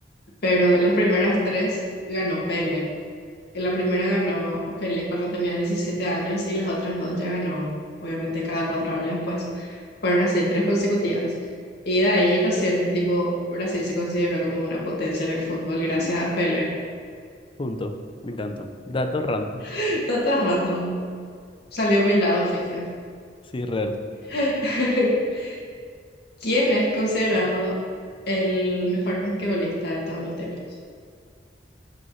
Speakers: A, on the left; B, on the left.
A: pero las primeras tres ganó Pele. En La primera ganó Pele cuando tenía 17 años y las otras dos ya ganó, obviamente, cada cuatro años después. Fueron así, tres consecutivas. Y de ahí recién, tipo, Brasil se consideró como una potencia en el fútbol gracias
B: Mm.
A: a Pele.
B: Punto. Me encantó. Datos random.
A: <laughs> Dato random. Salió a mi lado, FIFA.
B: Sí, real.
A: <laughs> ¿Quién es considerado el mejor basquetbolista de todos los tiempos?